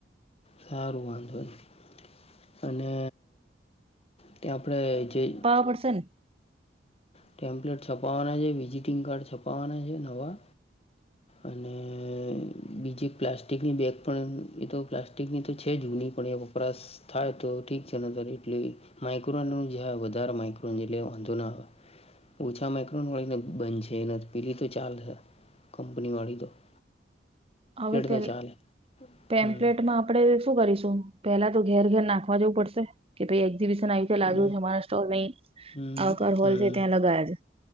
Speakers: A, on the left; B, on the right.
A: સારું વાંધો નહીં, અને તે આપણે જે
B: કરશે ને.
A: ટેમ્પ્લેટ છપાવવાના છે વિઝિટિંગ કાર્ડ છપાવવાના છે નવા. અને બીજી પ્લાસ્ટિકની બેગ પણ એ તો પ્લા પંગની તો છે જૂની પણ એક વપરાશ થાય તો ઠીક છે ન ત એટલી માઇક્રોનનું જે વધારે માઇક્રોન એટલે વાંધો ન આવે. ઓછા માઇક્રોન વાળી ને બંધ છે એના પેલી તો ચાલ છે કંપની વાળી તો. <inaudible>
B: હવે પ
A: તો ચાલે
B: ટેમ્પ્લેટમાં
A: હમ
B: આપ આપડે શું કરીશું પેલા તો ઘેર ઘેર નાખવા જેવું પડશે, કે ભાઈ એક્ઝિબિશન આવી
A: હમ
B: લાગ્યું છે અમારા સ્ટોલ ની,
A: હમ
B: આવકાર હોલ છે ત્યાં લગાયા છે.